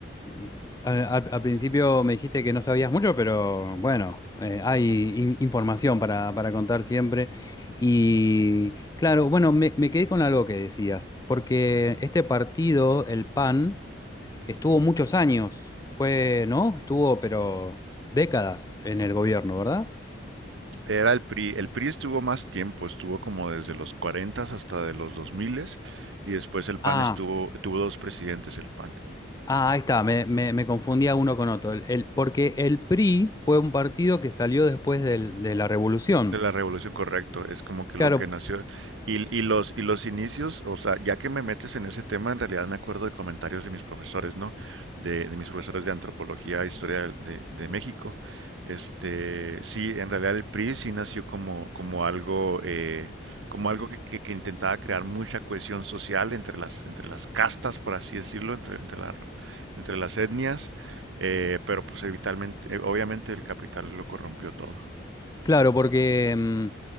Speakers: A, on the left (about 20°); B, on the right (about 70°).
A: mm, al, al- al principio me dijiste que no sabías mucho, pero bueno, eh, hay in- información para, para contar siempre. Y claro, bueno, me, me quedé con algo que decías, porque este partido, el PAN, Estuvo muchos años, fue, ¿no? Estuvo, pero décadas en el gobierno, ¿verdad?
B: Era el PRI. El PRI estuvo más tiempo, estuvo como desde los 40 hasta de los 2000 y después el PAN
A: Ah,
B: estuvo, tuvo dos presidentes el PAN.
A: ah, ahí está, me, me- me confundía uno con otro. El, el- porque el PRI fue un partido que salió después del- de la revolución.
B: De la revolución, correcto, es como que
A: Claro,
B: lo que nació. Y, y los, y los inicios, o sea, ya que me metes en ese tema, en realidad me acuerdo de comentarios de mis profesores, ¿no? De, de mis profesores de antropología e historia de, de México. Este, sí, en realidad el PRI sí nació como, como algo, eh, como algo que, que- que intentaba crear mucha cohesión social entre las, entre las castas, por así decirlo, entre, entre la- entre las etnias, eh, pero pues evitalmente- eh, obviamente el capital lo corrompió todo.
A: Claro, porque, mm,